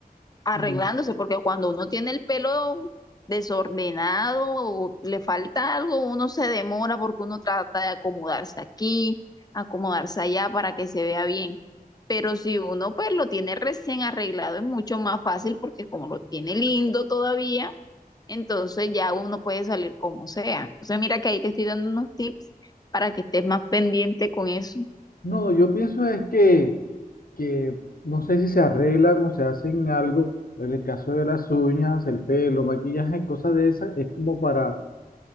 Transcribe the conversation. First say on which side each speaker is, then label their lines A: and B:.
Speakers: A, on the left (about 25°); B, on the left (about 70°).
A: arreglándose,
B: Mm,
A: porque cuando uno tiene el pelo desordenado o le falta algo, uno se demora porque uno trata de acomodarse aquí, acomodarse allá para que se vea bien. Pero si uno pues lo tiene recién arreglado es mucho más fácil porque como lo tiene lindo todavía, entonces ya uno puede salir como sea. Entonces mira que ahí te estoy dando unos tips para que estés más pendiente con eso.
B: No, yo pienso es que, que no sé si se arreglan o se hacen algo, en el caso de las uñas, el pelo, maquillaje, cosas de esas, es como para